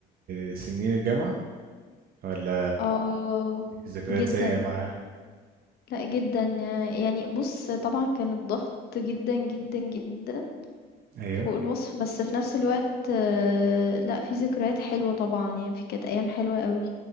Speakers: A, on the right; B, on the left.
A: آه، سنين الجامعة ولا
B: اه
A: ليكي ذكريات
B: جدا
A: سيئة معاها
B: لا جدا يعني بص طبعا كان الضغط جدا جدا جدا
A: ايوه
B: فوق الوصف، بس في نفس الوقت آه، لأ، في ذكريات حلوة طبعًا يعني ف كانت أيام حلوة أوي،